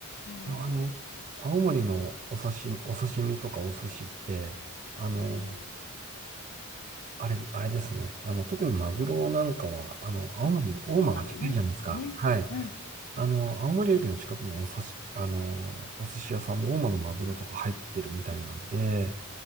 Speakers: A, on the left; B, on the right.
A: も
B: まあ、あの、青森のお刺身、お刺身とかお寿司って、あの、
A: う、うん。
B: あれ、あれですね。あの、特にマグロなんかは、あの、青森、
A: あ、
B: 大間が近いじゃないですか。
A: 大間のね、ね、
B: はい。
A: うん、
B: あの、青森駅の近くのお刺し、あの、お寿司屋さんも大間のマグロとか入ってるみたいなんで、